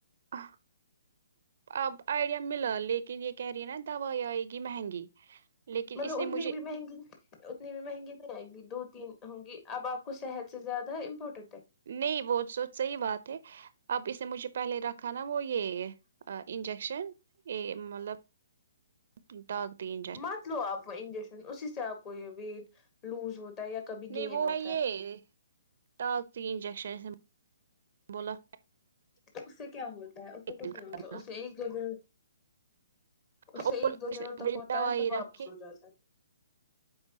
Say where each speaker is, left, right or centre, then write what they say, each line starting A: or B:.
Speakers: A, on the right; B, on the left.
A: ا اب آئیڈیا ملا لیکن یہ کہہ رہی ہے نا دوائی آئے گی مہنگی لیکن
B: مطلب
A: اس نے
B: اتنی
A: مجھے
B: بھی مہنگی اتنی بھی مہنگی نہیں آئے گی دو تین ہوں گی اب آپ کو صحت سے زیادہ امپورٹنٹ ہے
A: نہیں وہ س صحیح بات ہے اب اس نے مجھے پہلے رکھا نا وہ یہ انجیکشن ا مطلب طاقتینجن
B: مت لو آپ انجیکشن اسی سے آپ کو یہ ویٹ لوز ہوتا ہے یا کبھی
A: نہیں
B: گین
A: ب
B: ہوتا
A: ب یہ
B: ہے
A: طاقتی انجیکشن بولا
B: تو اس سے کیا ہوتا ہے اس سے کچھ
A: کرنا،
B: نہیں ہوتا اس سے ایک جگہ اس
A: اور
B: سے ایک دو
A: اس
B: دنوں
A: نے
B: تک
A: مجھے
B: ہوتا
A: دوائی
B: ہے پھر واپس
A: رکھی
B: ہو جاتا ہے